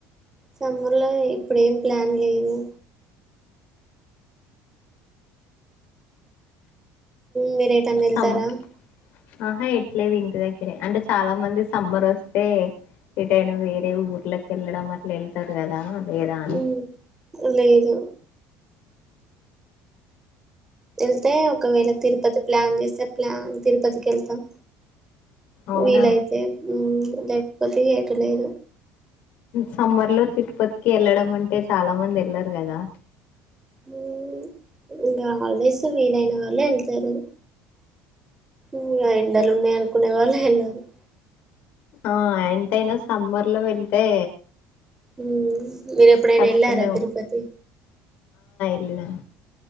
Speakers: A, on the right (about 15°); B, on the left (about 65°).
A: సమ్మర్ లో ఇప్పుడేం ప్లాన్ లేదు మీరేటన్నఎళ్తారా
B: సమ్మర్ ఆహా ఎట్లేదు ఇంటి దగ్గరే అంటే చాలా మంది సమ్మర్ వస్తే ఎటైన వేరే ఊర్లకి వెళ్ళడం అట్ల వెళ్తారు కదా లేదా అని
A: ఉమ్ లేదు వెళ్తే ఒకవేళ తిరుపతి ప్లాన్ చేస్తే ప్లాన్ తిరుపతికి వెళ్తాం
B: అవునా
A: వీలైతే ఉమ్ లేకపోతే ఎటు లేదు
B: సమ్మర్ లో పిత్ పత్కి ఎల్లడమంటే చాలా మంది వెళ్లారు కదా
A: ఉమ్ ఇంగా ఆల్డేస్ వీలైన వాళ్లేళ్తారు ఇగ ఎండలు ఉన్నాయి అనుకునే వాళ్ళ ఎల్లరు అ
B: ఆ ఎంతయినా సమ్మర్ ల వెళ్తే
A: ఉమ్ మీరు ఎప్పుడైనా
B: కష్టమే
A: ఎల్లార తిరుపతి
B: ల్లినా